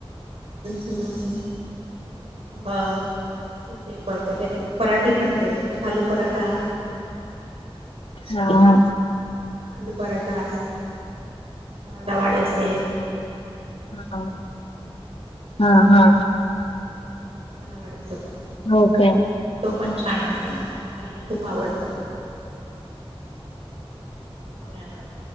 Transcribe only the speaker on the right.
हूं, आ. ते बटाट्याचे पराठे करते आलू पराठा.
आलू पराठा असतो, रवा डोसे.
अर वाडूस पणं.
पण छान असत, माझ्या मुलाला खूप आवडत. अरे वा.